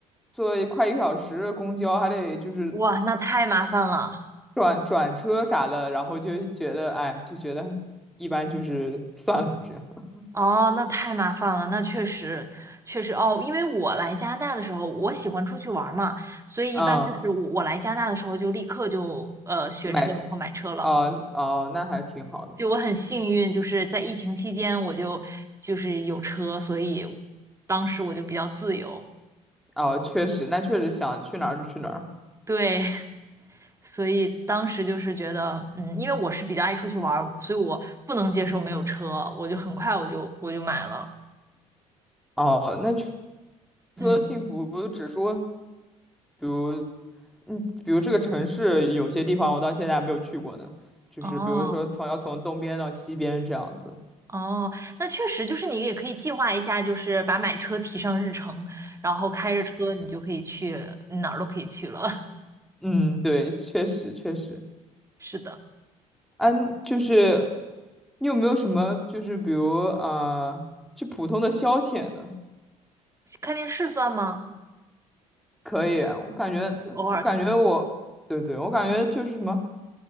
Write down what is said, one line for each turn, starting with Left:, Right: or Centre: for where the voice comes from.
Centre: 坐快一个小时的公交，还得就是
Right: 哇，那太麻烦了。
Centre: 转转车啥的，然后就觉得哎，就觉得一般，就是算了这样。
Right: 哦，那太麻烦了，那确实，确实哦，因为我来加拿大的时候，我喜欢出去玩儿嘛，所以一般就是我我来加拿大的时候就立刻就呃学车，
Centre: 嗯，买
Right: 然后买车了。
Centre: 哦哦，那还挺好的。
Right: 就我很幸运，就是在疫情期间我就就是有车，所以当时我就比较自由。
Centre: 哦，确实，那确实想去哪儿就去哪儿。
Right: 对。<laughs> 所以当时就是觉得，嗯，因为我是比较爱出去玩儿，所以我不能接受没有车，我就很快我就我就买了，
Centre: 哦，那去除了幸福指数，
Right: 嗯，
Centre: 比如，嗯，比如这个城市有些地方我到现在还没有去过呢，就是比如说从要从东边到西边这样子。
Right: 哦，哦，那确实就是你也可以计划一下，就是把买车提上日程，然后开着车你就可以去哪儿都可以去了。<laughs>
Centre: 嗯，对，确实确实。
Right: 是的，
Centre: 嗯，就是你有没有什么就是比如啊，就普通的消遣呢？
Right: 看电视算吗？
Centre: 可以啊，我感觉，
Right: 偶尔看看。
Centre: 我感觉我，对对，我感觉就是什么，